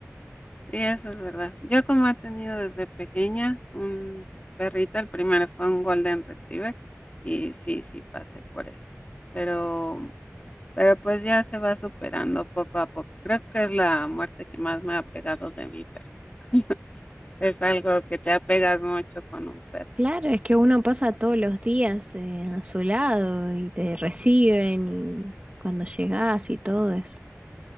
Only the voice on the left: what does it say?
Sí, eso es verdad. Yo como he tenido desde pequeña un perrito, el primero fue un Golden Retriever y sí, sí pasé por eso. Pero, pero pues ya se va superando poco a poco. Creo que es la muerte que más me ha pegado de mi perro. <laughs> Es algo
que te apegas mucho con un perrito.